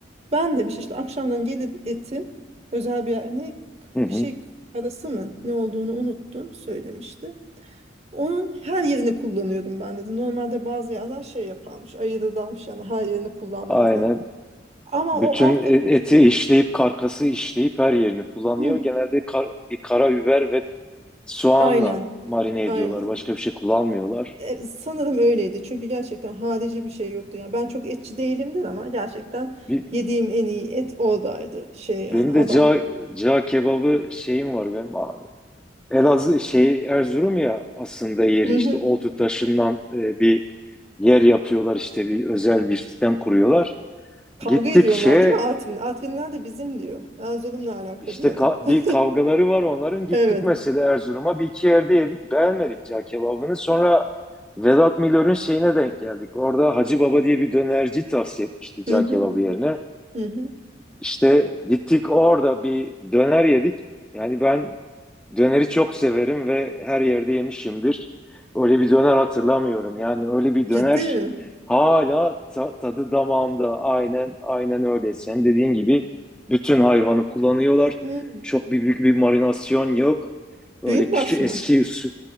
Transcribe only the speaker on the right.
Ben demiş işte akşamdan gelir etim özel bir yer- ne
bir şey karası mı ne olduğunu unuttum söylemişti. Onun her yerini kullanıyordum ben dedi. Normalde bazı yerler şey yaparmış ayırırlarmış yani her yerini kullanmazlar.
Ama
o artık
hı,
aynen
aynen.
E, sanırım öyleydi çünkü gerçekten harici bir şey yoktu. Yani ben çok etçi değilimdir ama gerçekten
yediğim en iyi et oradaydı şey yani
adam.
Hı
hı.
Kavga
ediyorlar
değil mi Artvin? Artvinler de bizim diyor. Erzurum'la alaka
diyorlar.
<laughs>
Evet.
Hı hı,
hı hı.
Ciddi mi?
Hı.
Büyükbaş
mı?